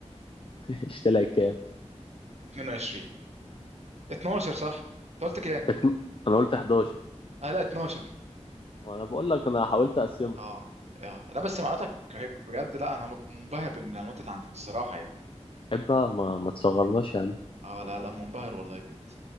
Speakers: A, on the left; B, on the right.
A: اشتريها كام
B: 22 12 صح انت قلت كام
A: كانت- انا قلت 11
B: اه لا 12
A: وانا بقول لك انا حاولت اقسمه
B: اه اه لا بس معلوماتك هيك بجد لا انا منبهر بالمعلومات اللي عندك الصراحه يعني
A: عيب بقى ما ما تصغرناش يا عم
B: اه لا لا منبهر والله بجد